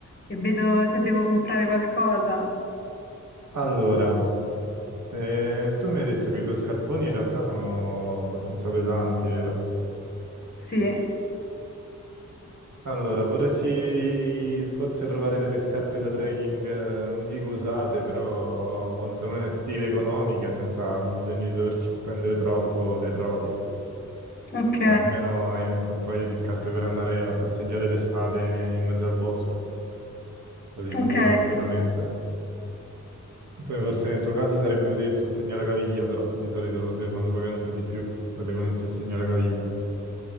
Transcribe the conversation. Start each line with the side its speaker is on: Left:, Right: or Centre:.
Left: e vedo se devo comprare qualcosa.
Right: Allora, eh, tu mi hai detto che i tuoi scarponi in realtà sono abbastanza pesanti, vero?
Left: Sì,
Right: Allora, vorresti forse trovare delle scarpe da trekking, eh, non dico usate, però quantomeno estive, economiche, senza bisogno di doverci spendere troppo, le trovi.
Left: ok,
Right: Eh, Almeno hai anche un paio di scarpe per andare a passeggiare d'estate in mezzo al bosco, così molto
Left: ok.
Right: tranquillamente. Poi forse nel tuo caso sarebbe utile il sostegno alla caviglia, però di solito se le fanno pagare un po' di più, quelle con il sostegno alla caviglia.